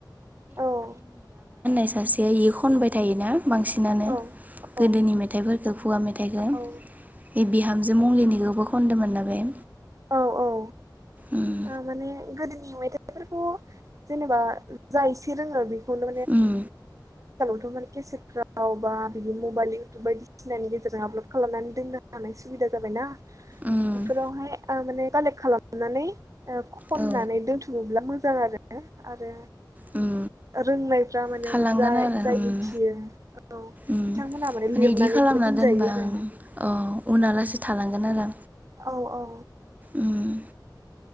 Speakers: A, on the right (about 45°); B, on the right (about 20°).
A: औ
B: <inaudible> खनबाय थायोना बांसिनानो
A: औ औ
B: गोदोनि मेथाइफोरखौ खुवा मेथाइखो
A: औ
B: बे बिहामजो मंलिनि खो खौबो खनदोंमोन ना बे
A: औ औ
B: उम
A: ओ माने गोदोनि मेथाइफोरखौ जेनेबा जाय एसे रोङो बे <unintelligible>
B: उम
A: थ माने केसेटफ्राव बा बिदि मबाइल इउटुब बायदिसिनानि गेजेरजों आपलड खालामनानै दोननो हानाय सुबिदा जाबायना
B: उम
A: बेफोरावहाय माने कालेक्ट खालामनानै खननानै
B: औ
A: दोनथुमोब्ला मोजां आरो आरो
B: उम
A: रोंनायफ्रा माने
B: थालांगोन
A: जाय
B: आरो
A: जाय
B: उम
A: मिथियो औ
B: माने
A: बिथांमोनहा माने लिरनानैबो
B: बिदि खालामना
A: दोनजायो
B: दोनबा
A: आरो
B: अ उनलासे थालांगोन आरो
A: औ औ
B: उम